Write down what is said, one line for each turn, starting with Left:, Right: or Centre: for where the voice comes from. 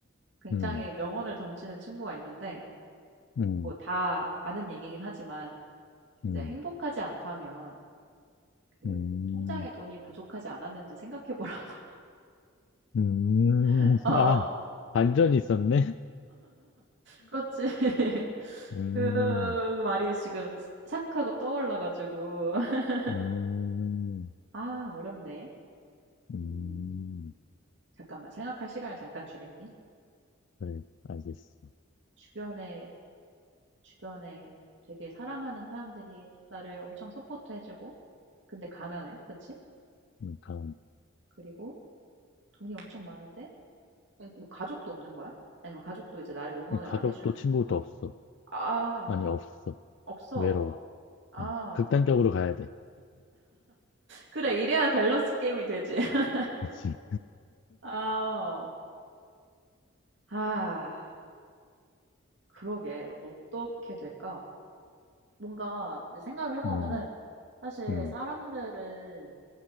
Right: 굉장히
Left: 음,
Right: 명언을 던지는 친구가 있는데
Left: 음,
Right: 뭐 다 아는 얘기긴 하지만 이제
Left: 음,
Right: 행복하지 않다면 그
Left: 음,
Right: 통장에 돈이 부족하지 않았는지 생각해 보라고.
Left: 음,
Right: <laughs> 어,
Left: 아, 반전이 있었네?
Right: 그렇지. <laughs>
Left: 음,
Right: 그 말이 지금 싹 하고 떠올라가지고. <laughs>
Left: 음,
Right: 아, 어렵네.
Left: 음,
Right: 음, 잠깐만. 생각할 시간을 잠깐 주겠니?
Left: 그래, 알겠어.
Right: 주변에, 주변에 되게 사랑하는 사람들이 나를 엄청 서포트해주고, 근데 가난해. 그치?
Left: 그러니까
Right: 그리고 돈이 엄청 많은데, 음, 뭐 가족도 없는 거야? 아니면 가족도 이제 나를 응원을
Left: 가족도
Right: 안 해주는
Left: 친구도
Right: 건가?
Left: 없어.
Right: 아,
Left: 아니, 없어.
Right: 없어.
Left: 외로워.
Right: 아.
Left: 어. 극단적으로 가야 돼.
Right: 그래. 이래야 밸런스 게임이 되지. <laughs>
Left: 그지
Right: 아. 아. 그러게. 어떻게 될까? 뭔가 생각을 해보면은
Left: 음,
Right: 사실
Left: 음,
Right: 사람들은